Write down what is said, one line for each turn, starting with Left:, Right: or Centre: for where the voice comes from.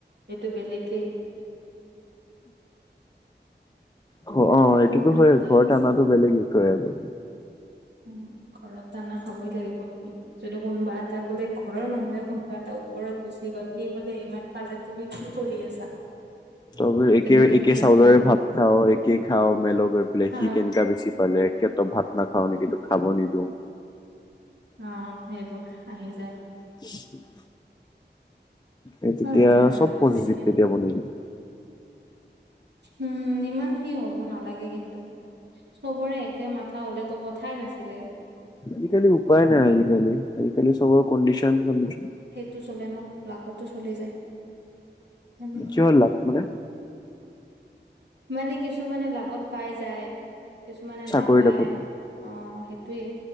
Right: এইটো বেলেকে।
Left: ঘ-
Right: নাই
Left: অ এইটোতো
Right: মোৰ লগতে
Left: হয় ঘৰত
Right: আছে,
Left: আনাটো বেলেগ বিষয় আকৌ।
Right: উম। ঘৰত টানা খাবই লাগিব তুমি, যদি কোনোবা এটা বোলে ঘৰৰ মানুহে কোনোবা। তাৰ ওপৰত গুচি গ'ল সি বোলে এইমান পালে তুমি কি কৰি আছা।
Left: তয়ো একে
Right: তেনেকুৱাতো
Left: একে চাউলেৰে
Right: আহি যায়
Left: ভাত খাওঁ, একে খাওঁ মেল গৈ পেলাই
Right: অ
Left: সি কেনেকা বেছি পালে একে ত ভাত নাখাওঁ নেকি? খাব নিদিওঁ?
Right: অ' সেইবোৰ আহি যায়।
Left: <unintelligible> এই তেতিয়া
Right: উম, বেয়া
Left: চব
Right: হৈ গৈছে
Left: পজিটিভ
Right: এতিয়া।
Left: তেতিয়া বনি যায়
Right: উম, ইমান সেই হ'ব নালাগে। কিন্তু, চবৰে একে মাথা হলেতো কথাই নাছিলে।
Left: আজিকালি উপায় নাই আজিকালি আজিকালি চবৰে কণ্ডিচন কণ্ডিছন
Right: টো চলে ন, লাকতো চলি যায়, মানে
Left: কিমান লাখ মানে?
Right: মানে কিছুমানে লাগত পাই যায় কিছুমানে
Left: চাকৰি
Right: নাপায়
Left: তাকৰি
Right: অ', সেইটোয়ে